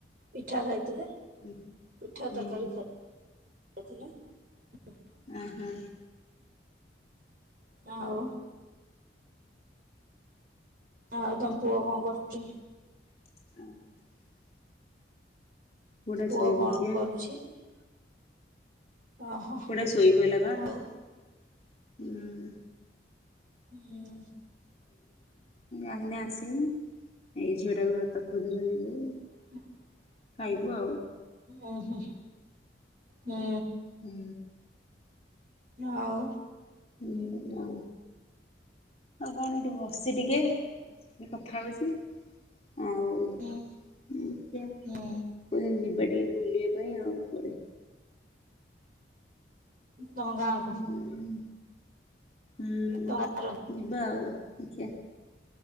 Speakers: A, on the right (about 50°); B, on the left (about 35°).
A: ପିଠା ଖାଇଥିଲେ।
B: ହୁଁ।
A: ପିଠା ତରକାରୀ <inaudible>
B: ଓ ହୋ।
A: ହଉ। <inaudible> ଆଉ ତମ ପୁଅ କଣ କରୁଛି?
B: <inaudible> ପୁଅଟା
A: ପୁଅ
B: ଶୋଇପଡିଛି
A: କଣ
B: ବା
A: କରୁଛି? <unintelligible> ଓହୋ
B: ପୁଅ ଟା ସୋଇପାଇଲା ବା। ହୁଁ।
A: ଆଉ ହୁଁ।
B: ଏଇ ନା ଆସିନି ଏଇ ଝିଅ ଟାକୁ ହାତ ଖୋଦୁଛନ୍ତି ବୋଉ।
A: <unintelligible>
B: <inaudible> ବଉ
A: ଓଁ ହୁଁ। ହୁଁ।
B: ହୁଁ
A: ଆଉ
B: ହୁଁ ଆ ଆଉ କଣ ଏଇଠି ବସି ଟିକେ ଟିକେ କଥା ହଉଛି। ଆଉ
A: ହୁଁ
B: ଦେଖିଆ
A: ହୁଁ।
B: କୋଉଦିନ ଯିବା ଟିକେ ବୁଲିବା ପାଇଁ ଆଉ ପଡେ
A: ତମ ଗାଁକୁ।
B: ହୁଁ। ହୁଁ
A: ତମ ଗାଁର
B: ଯିବା ଆଉ ଦେଖିଆ